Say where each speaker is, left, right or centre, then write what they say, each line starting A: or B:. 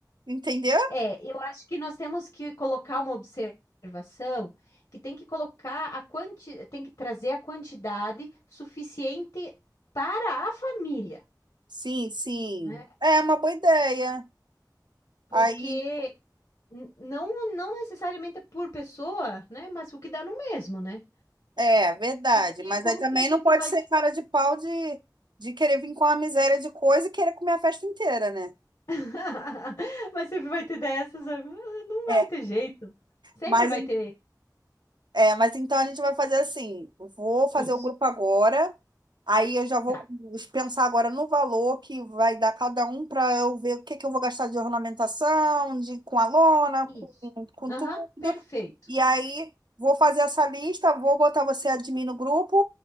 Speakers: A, on the right; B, on the left.
A: entendeu?
B: É, eu acho que nós temos que colocar uma observação que tem que colocar a quanti... tem que trazer a quantidade suficiente para a família,
A: Sim, sim.
B: né?
A: É uma boa ideia.
B: Porque
A: Aí,
B: n- não não necessariamente é por pessoa, né? Mas o que dá no mesmo, né?
A: é, verdade.
B: Porque
A: Mas
B: como
A: aí também
B: que a
A: não
B: gente
A: pode
B: vai
A: ser cara de pau de, de querer vir com a miséria de coisa e querer comer a festa inteira, né?
B: <laughs> Mas sempre vai ter dessas, né? Ah, não
A: É,
B: vai ter jeito. Sempre
A: mas,
B: vai
A: en-
B: ter
A: é, mas então a gente vai fazer assim: eu vou fazer
B: isso.
A: o grupo agora, Aí eu já vou
B: Tá,
A: pensar agora no valor que vai dar cada um para eu ver o que que eu vou gastar de ornamentação, de com a lona,
B: isso.
A: com, com
B: Aham,
A: tudo.
B: perfeito.
A: E aí vou fazer essa lista, vou botar você admin no grupo,